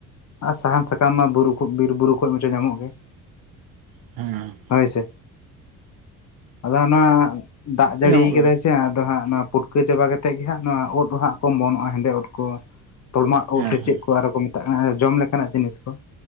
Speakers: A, on the left; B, on the right.
A: ᱟᱨ ᱥᱟᱦᱟᱱ ᱥᱟᱠᱟᱢ ᱢᱟ ᱵᱩᱨᱩ ᱠᱷᱚᱡ ᱵᱤᱨ ᱵᱩᱨᱩ ᱠᱷᱚᱡ <unintelligible> ᱧᱟᱢᱚᱜ ᱜᱮ ᱾
B: ᱦᱮᱸ ᱾
A: ᱦᱳᱭ ᱥᱮ ᱟᱫᱚ ᱦᱟᱸᱜ ᱱᱚᱣᱟ ᱫᱟᱜ ᱡᱟᱹᱲᱤ
B: ᱧᱟᱢᱚᱜ ᱠᱟᱱᱟ
A: ᱠᱟᱫᱟᱭ ᱥᱮ ᱟᱫᱚ ᱦᱟᱸᱜ ᱱᱚᱣᱟ ᱯᱩᱴᱠᱟᱹ ᱪᱟᱵᱟ ᱠᱟᱛᱮᱫ ᱜᱮ ᱦᱟᱸᱜ ᱱᱚᱣᱟ ᱩᱫ ᱦᱟᱸᱜ ᱠᱚ ᱚᱢᱚᱱᱚᱜᱼᱟ ᱦᱮᱸᱫᱮ ᱳᱫ ᱠᱚ ᱾ ᱛᱚᱲᱢᱟᱜ ᱳᱫ
B: ᱦᱮᱸ
A: ᱥᱮ
B: ᱦᱮᱸ
A: ᱪᱮᱫ ᱠᱚ ᱟᱨᱚ ᱠᱚ ᱢᱮᱛᱟᱜ ᱠᱟᱱᱟ ᱡᱚᱢ ᱞᱮᱠᱟᱱᱟᱜ ᱡᱤᱱᱤᱥ ᱠᱚ ᱾